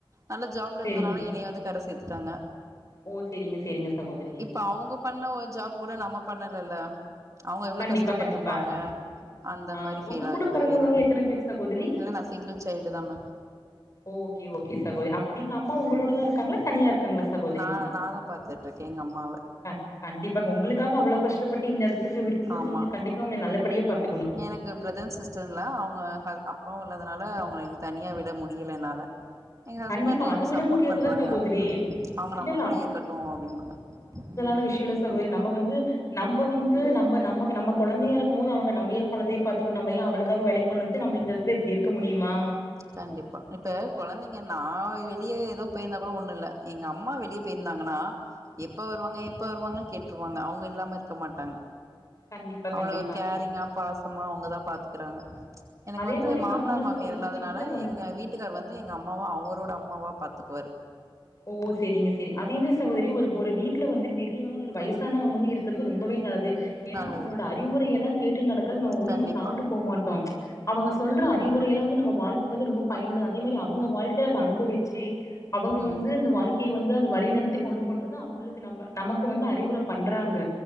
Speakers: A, on the right; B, on the left.
A: நல்ல ஜாப்ல
B: சேரிங்க
A: இருந்தனால என்னைய வந்து கர சேத்துட்டாங்க
B: ஓ சேரிங்க சேரிங்க சகோதரி
A: இப்ப அவங்க பண்ண ஒரு ஜாப் கூட நம்ம பண்ணல இல்ல அவுங்க எவ்ளோ
B: கண்டிப்பா
A: கஷ்டப்பட்டிருப்பாங்க
B: கண்டிப்பா
A: அந்த
B: ஆ
A: மாரி ஃபீல்
B: உங்க கூட
A: ஆகுது
B: பிறந்தவங்க
A: வேறு ஒண்ணு
B: எத்தன பேர் சகோதரி
A: இல்ல நா சிங்கிள் சைல்டு தா மேம்
B: ஓகே ஓகே சகோதரி அ நீங்க அம்மா உங்களோடதா இருக்காங்களா தனியா இருக்கங்களா சகோதரி
A: நா நா தா பாத்துட்ருக்கே எங்க அம்மாவ
B: அ கண்டிப்பா பொங்களுக்காக அவ்ளோ கஷ்டப்பட்டு இந்த எடத்துக்குயிருக்கு போது
A: ஆமா
B: நீங்க கண்டிப்பா உங்கள நல்லபடியா பா பாத்து
A: எனக்கு பிரதர் சிஸ்டர்ன்லா அவுங்க அ அப்பாவுல் ல அதுனால அவுங்கள எங் தனியா விட முடியல என்னால எங்க ஹஸ்பண்ட்டு
B: கண்டிப்பா அது
A: எனக்கு
B: விட
A: சப்போர்ட்
B: முடியாதுல்ல
A: பண்றாங்க
B: சகோதரி
A: உம் அவுங்க
B: இல்ல
A: நம்ம
B: இல்ல
A: கூடயே இருக்கட்டு அப்டின்ம்பாங்க உம்
B: ஐ விஸ் யூ லெஸ் சகோதரி நம்ம வந்து நம்ம வந்து நம்ம நம் நம்ம கொழந்தையா இருக்கும் போது அவுங்க நம்மயு கொழந்தைய பாத்துக்கணு நம்ம ஏ அவளுகாக வேலேக்கு போனுட்டு நம் இந்த எடத்தில இப்டி இருக்க முடியுமா
A: கண்டிப்பா இப்ப கொழந்தைங்கள்னா வெளியே ஏதோ போயிருந்தா கூட ஒண்ணு இல்ல எங்க அம்மா வெளியே போயிருந் தாங்கனா எப்ப வருவாங்க எப்ப வருவாங்க கேட்டுருவாங்க அவுங்க இல்லாம இருக்க மாட்டாங்க
B: கண்டிப்பா கண்டிப்பா
A: அவ்ளோ கேரிங்கா பாசமா அவுங்கதா பாத்துக்கிறாங்க எனக்கு
B: அதே
A: வந்து
B: மாரி
A: மாமனார்
B: பாத்தீங்கன்னா
A: மாமியார்
B: சகோதரி
A: இல்லாத
B: வீட்ல
A: ரை
B: வந்து
A: எங்க வீட்டுக்கார் வந்து எங்க அம்மாவா அவரோட அம்மாவா பாத்துக்குவாரு
B: ஓ செரிங்க செரி அது என்ன சகோதரி ஒரு ஒரு வீட்ல வந்து பெரியவுங்கனு ஒரு வயசானவங்க வந்து இருக்கிறது ரொம்பவே நல்லது ஏன்னா
A: நல்லது
B: அவுங்களோட அறிவுரைய எல்லா கேட் டு நடக்கிறது நம்ம உ நம்ம
A: கண்டிப்பா
B: தாழ்ந்து போ மாட்டோ அவுங்க சொல்ற அறிவுரையலா
A: ம்
B: வந்து நம்ம வாழ் த்துக்கு வந்து ரொம்ப பயனுள்ளது அதே மாரி அவுங்க வாழ்க்கைய அத அனுபவிச்சி அவுங்க வந்
A: ம்
B: வாழ்க்கைய வந்து அந்த வழி நடத்தி கொண்டு போ னது அவுங்களுக்கு நம்ம நமக்கு வந்து அறிவுர பண்றாங்க